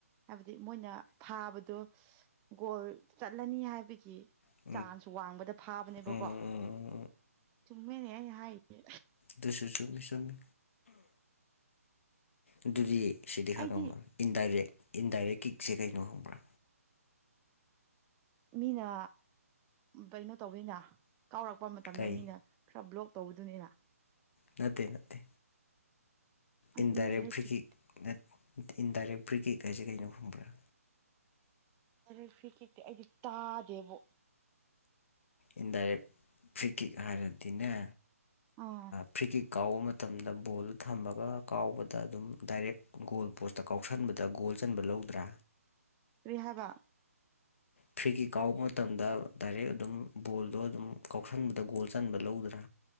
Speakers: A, on the right; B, on the left.
A: ꯍꯥꯏꯕꯗꯤ ꯃꯣꯏꯅ ꯊꯥꯕꯗꯣ ꯒꯣꯜ ꯆꯠꯂꯅꯤ ꯍꯥꯏꯕꯒꯤ
B: ꯎꯝ ꯎꯝ ꯎꯝ ꯎꯝ
A: ꯆꯥꯡꯁꯨ ꯋꯥꯡꯕꯗ ꯐꯥꯕꯅꯦꯕꯀꯣ
B: ꯎꯝ
A: ꯆꯨꯝꯃꯦꯅꯦ ꯑꯩꯅ ꯍꯥꯏꯔꯤꯁꯦ
B: ꯗꯨꯁꯨ ꯆꯨꯃꯤ ꯆꯨꯃꯤ ꯑꯗꯨꯗꯤ ꯁꯤꯗꯤ ꯈꯪꯉꯝꯃꯅꯤ
A: ꯑꯩꯗꯤ
B: ꯏꯟꯗꯥꯏꯔꯦꯛ ꯏꯟꯗꯥꯏꯔꯦꯛ ꯀꯤꯛꯁꯦ ꯀꯩꯅꯣ ꯈꯪꯕ꯭ꯔꯥ
A: ꯃꯤꯅ ꯀꯩꯅꯣ ꯇꯧꯕꯋꯅ ꯀꯥꯎꯔꯛꯄ ꯃꯇꯝꯗ
B: ꯀꯩ
A: ꯃꯤꯅ ꯈꯔ ꯕ꯭ꯂꯣꯛ ꯇꯧꯕꯗꯨꯅꯤꯅ
B: ꯅꯠꯇꯦ ꯅꯠꯇꯦ
A: ꯑꯩ
B: ꯏꯟꯗꯥꯏꯔꯦꯛ ꯚ꯭ꯔꯤꯀꯤꯛ
A: ꯀꯤꯛ
B: ꯏꯟꯗꯥꯏꯔꯦꯛ ꯚ꯭ꯔꯤꯀꯤꯛ ꯍꯥꯏꯁꯦ ꯀꯩꯅꯣ ꯈꯪꯕ꯭ꯔꯥ
A: ꯑꯔ ꯐ ꯀꯦꯛꯇꯤ ꯑꯩꯗꯤ ꯇꯥꯗꯦꯕ
B: ꯏꯟꯗꯥꯏꯔꯦꯛ ꯐ꯭ꯔꯤꯀꯤꯛ ꯍꯥꯏꯔꯗꯤꯅꯦ
A: ꯑꯥ
B: ꯐ꯭ꯔꯤꯀꯤꯛ ꯀꯥꯎꯕ ꯃꯇꯝꯗ ꯕꯣꯜꯗ ꯊꯝꯃꯒ ꯀꯥꯎꯕꯗ ꯑꯗꯨꯝ ꯗꯥꯏꯔꯦꯛ ꯒꯣꯜ ꯄꯣꯁꯇ ꯀꯥꯎꯁꯟꯕꯗ ꯣꯜ ꯄꯨꯣꯟꯆꯟꯕ ꯂꯧꯗ꯭ꯔꯥ
A: ꯔꯤꯍꯕ
B: ꯐ꯭ꯔꯤꯒꯤ ꯀꯥꯎꯕ ꯃꯇꯝꯗ ꯗꯥꯏꯔꯦꯛ ꯑꯗꯨꯝ ꯕꯣꯜꯗꯣ ꯑꯗꯨꯝ ꯀꯥꯎꯁꯟꯕꯗ ꯒꯣꯜ ꯆꯟꯕ ꯂꯧꯗ꯭ꯔꯥ